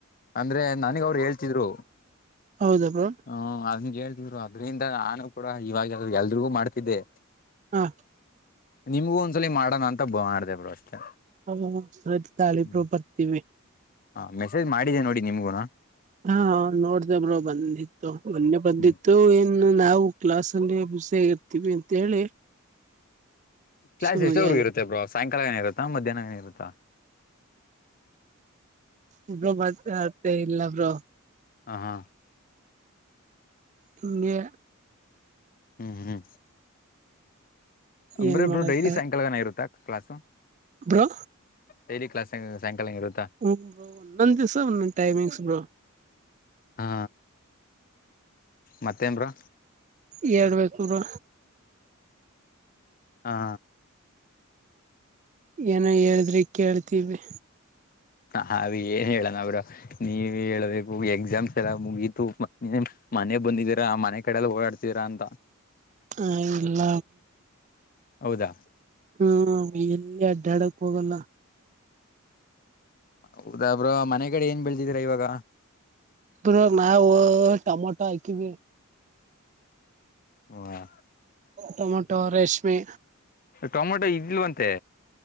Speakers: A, on the left; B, on the right.
A: ಅಂದ್ರೆ ನನಗ ಅವ್ರು ಹೇಳ್ತಿದ್ರು
B: ಹೌದ ಬ್ರೋ
A: ಹ ಕೇಳ್ತ್ರು ಅದ್ರಿಂದ ನಾನು ಕೂಡ ಇವಾಗರು ಎಲ್ರಿಗೂ ಮಾಡ್ತಿದ್ದೆ
B: ಹಾ
A: ನಿಮ್ಗೂ ಒಂದ್ಸಲಲಿ ಮಾಡೋಣ ಅಂತ ಮಾಡ್ದ ಬ್ರೋ ಅಷ್ಟೇ
B: ಹ ಸ ತಾಳಿ
A: ಹ್ಮ್
B: ಪ್ರಪತಿ
A: ಹ ಮೆಸೇಜ್ ಮಾಡಿನೀ ನೋಡಿ ನಿಮ್ಗುನ
B: ಹಾ ನೋಡ್್ದೇಬ್ರೋ ಬಂದಿತ್ತು ಮೊನ್ನೆ ಬಂದಿತ್ತು
A: ಹ್ಮ್
B: ಏನ್ ಇನ್ನು ನಾವು ಕ್ಲಾಸ್ ಅಲ್ಲಿ ಬಿಸ ಆಗಿರ್ತೀವಿ ಅಂತ ಹೇಳಿ
A: ಕ್ಲಾಸ್
B: ಸುಮ್ಗೆ
A: ಎಷ್ಟವ್ರಗೂ
B: ಅದೆ
A: ಇರುತ್ತೆ ಬ್ರೋ ಸಾಯಂಕಾಲನ ಇರುತ್ತಾ ಮಧ್ಯಾಹ್ನನ ಇರುತ್ತಾ
B: ಇ ಬ್ರೋ ಮ ಅತ ಇಲ್ಲ ಬ್ರೋ
A: ಹ ಹಾ
B: ಹಗೆ
A: ಹೂ ಹೂ ಅಂದ್ರೆಬ್ರೋ
B: ಏನ್ ಮಾಡಕ
A: ಡೈಲಿ ಸಾಯಂಕಾಲನ ಇರುತ್ತ ಕ್ಲಾಸ್ು
B: ಬ್ರೋ
A: ಡೈಲಿ ಕ್ಲಾಸ್ ಇರುತ್ತಾ
B: ಹೂ ಬ್ರೋ ಒಂದು ದಿವಸ ಒಂದು ಒಂದು ಟೈಮಿಂಗ್ಸ್ ಬ್ರೋ
A: ಹಾ ಮತ್ತೇನ್ ಬ್ರೋ
B: ಹೇಳ್ಬೇಕು ಬ್ರೋ
A: ಹಾ
B: ಏನೋ ಹೇಳಿದ್ರಿ ಕೇಳ್ತೀವಿ
A: ಹಾಗೆ ಏನ್ ಹೇಳಣ ಅವರು ನೀವೇ ಹೇಳ್ಬೇಕು ಎಕ್ಸಾಮ್ಸ್ ಎಲ್ಲಾ ಮುಗೀತು ಮ ಮನೆ ಬಂದಿದ್ದೀರಾ ಮನೆ ಕಡೆಲ್ಲ ಓಡಾಡ್ತೀರಾ ಅಂತ
B: ಹ ಇಲ್ಲ
A: ಹೌದಾ
B: ಹೂಎಲ್ಲಿ ಅಡ್ಡಾಡಕ್ ಹೋಗಲ್ಲ
A: ಹೌದಾಬ್್ರ ಮನೆ ಕಡೆ ಏನ್ ಬೆಳದಿದಿರಾ ಇವಾಗ
B: ಬ್ರೋ ನಾವು ಟಮೊಟೋ ಆಕಿವಿ
A: ಹಾ
B: ಟೊಮೊಟೊ ರೇಷ್ಮಿ
A: ಟೊಮೊಟೊ ಇದಲ್ವಂತೆ